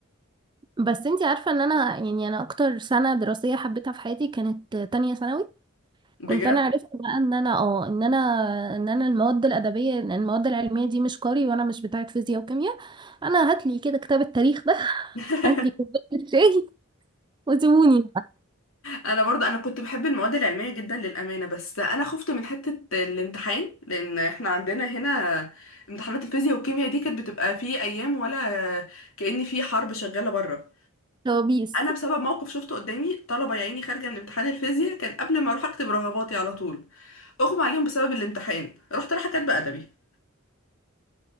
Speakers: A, on the right (about 20°); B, on the left (about 70°).
A: بس انتي عارفة ان انا يعني انا اكتر سنة دراسية حبيتها في حياتي كانت تانية ثانوي
B: بجد
A: كنت انا عرفت بقى ان انا اه ان انا ان انا المواد الادبية ان المواد العلمية دي مش قاري وانا مش بتاعة فيزياء وكيمياء انا هاتلي كده كتاب التاريخ ده <laughs>
B: <laughs>
A: هاتلي كوباية الشاي وسيبوني بقى
B: انا برضه انا كنت بحب المواد العلميه جدا للامانه بس انا خفت من حته الامتحان لان احنا عندنا هنا امتحانات الفيزياء والكيمياء دي كانت بتبقى في ايام ولا كأن في حرب شغاله بره
A: كوابيس
B: انا بسبب موقف شفته قدامي طلبه يا عيني خارجه من امتحان الفيزياء كان قبل ما اروح اكتب رغباتي على طول اغمى عليهم بسبب الامتحان رحت رايحه كاتبه ادبي